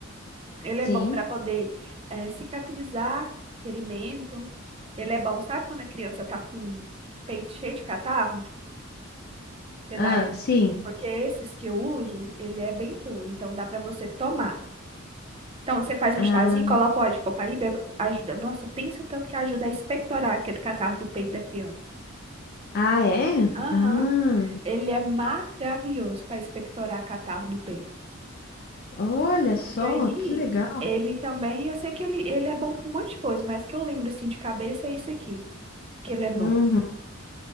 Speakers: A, on the right; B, on the left.
A: Ele
B: Sim.
A: é bom para poder eh, cicatrizar ferimento. Ele é bom, sabe quando a criança tá com o peito cheio de catarro? Você
B: Ah,
A: dá ele,
B: sim.
A: porque esses que eu uso, ele é bem puro, então dá para você tomar. Então você faz um
B: Ah,
A: chazinho, coloca o óleo de copaíba, ajuda. Nossa, pensa o tanto que ajuda a expectorar aquele catarro do peito da criança.
B: ah, é?
A: Aham,
B: Ah,
A: ele é maravilhoso para expectorar catarro do peito.
B: olha só,
A: E aí,
B: que legal.
A: ele também, eu sei que ele, ele é bom pra um monte de coisa, mas que eu lembro assim de cabeça é isso aqui, que ele é bom.
B: Uhum,